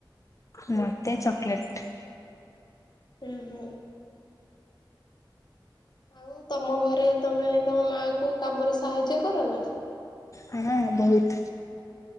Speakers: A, on the left; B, on the left.
A: ମୋତେ ଚକୋଲେଟ୍।
B: ହୁଁ ହୁଁ। ଆଉ ତମ ଘରେ ତମେ ତମ ମା କୁ କାମରେ ସାହାଯ୍ୟ କର ନା?
A: ହଁ। ବହୁତ